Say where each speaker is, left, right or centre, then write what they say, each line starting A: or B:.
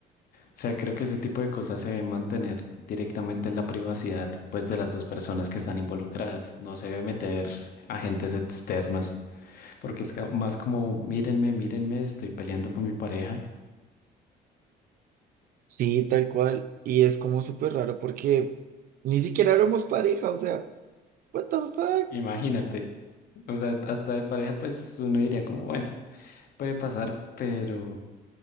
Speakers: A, on the left; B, on the right.
A: O sea, creo que ese tipo de cosas se deben mantener directamente en la privacidad, pues, de las dos personas que están involucradas. No se debe meter agentes externos, porque es ca- más como, mírenme, mírenme, estoy peleando con mi pareja.
B: Sí, tal cual. Y es como súper raro porque ni siquiera éramos pareja, o sea, what the fuck.
A: Imagínate. O sea, hasta de pareja, pues, uno diría como, bueno, puede pasar, pero